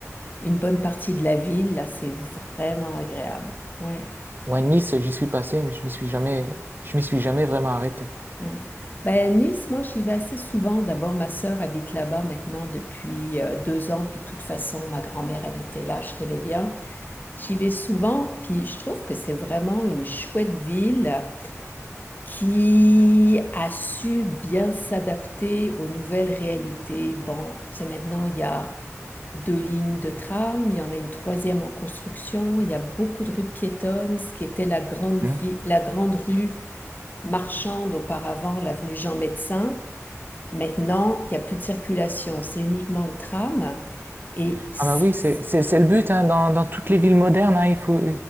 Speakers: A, on the left; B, on the right.
A: une bonne partie de la ville, là, c'est vraiment agréable. Ouais.
B: Ouais, Nice, j'y suis passé, mais je m'y suis jamais, je m'y suis jamais vraiment arrêté.
A: Hein. Ben, Nice, moi, j'y vais assez souvent. D'abord, ma sœur habite là-bas maintenant depuis euh, deux ans, puis de toute façon, ma grand-mère habitait là, je connais bien. J'y vais souvent, puis je trouve que c'est vraiment une chouette ville qui a su bien s'adapter aux nouvelles réalités. Bon, c'est maintenant, il y a deux lignes de tram, il y en a une troisième en construction, il y a beaucoup de rues piétonnes, ce qui était la grande vie,
B: Mm.
A: la grande rue marchande auparavant, l'avenue Jean-Médecin. Maintenant, il n'y a plus de circulation, c'est uniquement le tram. Et c-
B: Ah bah oui, c'est c'est- c'est le but, hein, dans, dans toutes les villes modernes, hein, il faut,